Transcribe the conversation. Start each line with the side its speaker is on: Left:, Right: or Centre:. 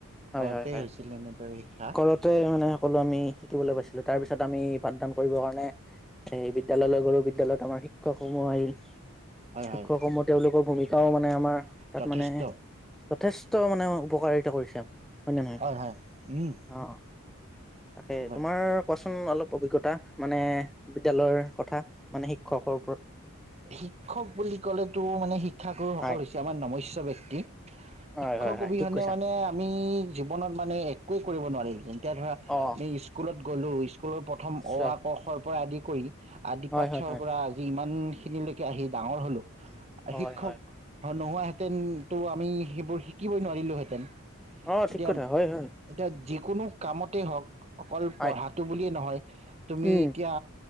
Centre: হয়,
Right: ঘৰতে
Centre: হয়, হয়,
Right: হৈছিল এনেদৰে শিক্ষা
Centre: ঘৰতে মানে সকলো আমি শিকিবলৈ পাইছিলো তাৰ পিছত আমি পাঠদান কৰিবৰ কাৰণে এ বিদ্যালয়লৈ গ'লো বিদ্যালয়ত আমাৰ শিক্ষকসমূহ আহিল।
Right: হয়
Centre: শিক্ষকসমুহ
Right: হয়
Centre: তেওঁলোকৰ ভূমিকাও মানে আমাৰ তাত
Right: যথেষ্ট
Centre: মানে যথেষ্ট মানে উপকাৰিতা কৰিছে। নে নহয়?
Right: হয়, হয়, উম।
Centre: অ অ তাকে
Right: একেবাৰে
Centre: তোমাৰ কোৱাচোন অলপ অভিজ্ঞতা মানে বিদ্যালয়ৰ। কথা মানে শিক্ষকৰ ওপৰত,
Right: শিক্ষক বুলি ক'লে তো মানে শিক শিক্ষাগুৰুসকল
Centre: হয়
Right: হৈছে আমাৰ নমস্য ব্যক্তি।
Centre: হয়
Right: শিক্ষক
Centre: হয় হয়
Right: অবিহনে
Centre: ঠিক কৈছা
Right: মানে আমি জীৱনত মানে একৱে কৰিব নোৱাৰি যেন। এতিয়া ধৰা
Centre: অ
Right: আমি স্কুলত গ'লো ইচ স্কুলৰ প্ৰথম
Centre: নিশ্চয়
Right: অ, আ, ক, খ, পৰা আদি কৰি আদি
Centre: হয়
Right: পাঠৰ
Centre: হয় হয়
Right: পৰা আজি ইমান ও' খিনিলৈকে আহি ডাঙৰ হ'লোঁ।
Centre: হয়
Right: শিক্ষক
Centre: হয়
Right: নোহোৱা হেতেন। তেন তো আমি সেইবোৰ শিকিবই নোৱাৰিলোহেঁতেন।
Centre: অ ঠিক
Right: এতিয়া-এতিয়া
Centre: কথা হয় হয়
Right: জি কোনো কামতেই হওক অকল
Centre: হয়
Right: পঢ়াটো বুলিয়ে নহয়, তুমি
Centre: উম
Right: এতিয়া,